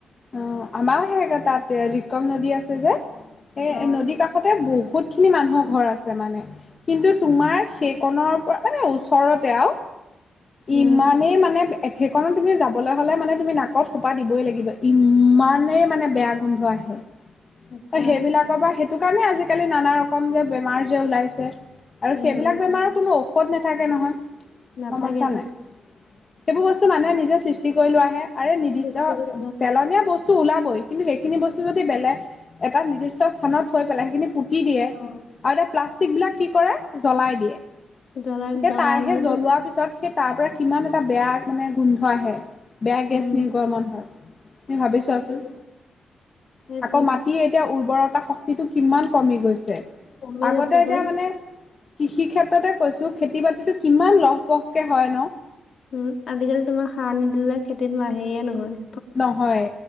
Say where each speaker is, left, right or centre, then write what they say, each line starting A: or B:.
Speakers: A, on the left (about 40°); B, on the left (about 60°).
A: অ আমাও সে তাত ৰিকম নদী আছে যে সেই
B: অ
A: নদীৰ কাষতে বোক। বহুত খিনি মানুহৰ ঘৰ আছে মানে কিন্তু তোমাৰ সেইকণৰ। মানে ওচৰতে আৰু
B: উম
A: ইমানেই মানে। সেইখনণত তুমি যাবলৈ হ'লে মানে তুমি নাকত সোপা দিবই লাগিব ইমানেই মানে বেয়া গোন্ধ আহে।
B: আচ্ছা
A: ত সেইবিলাকৰ পৰা সেইটো কাৰণে আজিকালি নানা ৰকম যে বেমাৰ যে ওলাইছে। আৰু
B: উম
A: সেইবিলাক বেমাৰৰ কোনো ঔষধ নাথাকে নহয়।
B: নাথাকে।
A: গম পাইছা সেইবোৰ বস্তু মানুহে নিজে সৃষ্টি কৰি লোৱাহে। আৰে নিৰ্দিষ্ট
B: সৃষ্টি কৰি
A: পেলনীয়া বস্তু। তো ওলাবই কিন্তু সেইখিনি বস্তু যদি বেলেগ এটা নিৰ্দিষ্ট স্থানত থৈ পেলাই সেইখিনি পুতি। কি দিয়ে
B: অ
A: আৰু এয়া প্লাষ্টিক বিলাক কি কৰে জ্বলাই দিয়ে।
B: দলাৰ
A: সেই
B: দলাললৈ।
A: তাৰ সেই জ্বলোৱাৰ পিছত সেই তাৰ পৰা কিমান এটা বেয়া মানে গোন্ধ আহে বেয়া
B: উম
A: গেছ নিৰ্গমন হয়। তুমি ভাবি চোৱাচোন
B: তাকে সেইটোৱে
A: আকৌ মাটি এতিয়া উৰ্বৰৰ। টা শক্তিটো কিমান কমি গৈছে
B: কমি
A: আগতে
B: গৈছেতো
A: এতিয়া মানে। কৃষি ক্ষেত্ৰতে কৈছো খেতি বাতিটো কিমান লহপহকে হয় ন।
B: উম আজিকালি তোমাৰ সাৰ নিদিলে খেতিত মাহেই নহয়।
A: নহয়